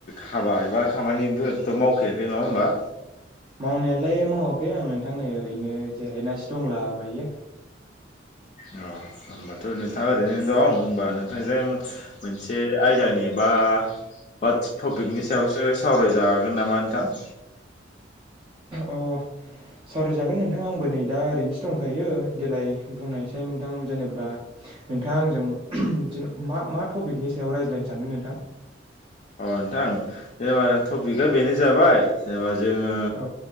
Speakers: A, on the left (about 40°); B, on the right (about 30°).
A: हाबा एबा खामानिफोरथ' मावखायाखै नङा होमबा?
B: मावनायालाय मावाखै आं नोंथां नै ओरैनो जिरायनासो दंला बायो।
A: अ होमबाथ' नोंथाङा ओरैनो दं होमबा नोंथांजों मोनसे आय दा नि बा बा टपिकनि सायावसो सावरायजागोन नामा नोंथां? <inaudible>
B: औ। सावरायजागोन नोंथां आंबो नै दा ओरैनोसो दंखायो देेलाय बुंनायसाय नोंथां जेनेब्ला नोंथाङा आंजों बिदिनो मा मा टपिकनि सायाव रायज्लायनो सानदों नोंथां?
A: औ नोंथां जेनेबा टपिकआ बेनो जाबाय जेनेबा जोङो
B: औ